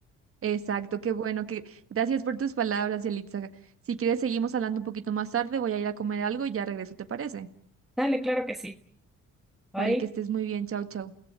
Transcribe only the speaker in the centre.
Dale, claro que sí. Bye.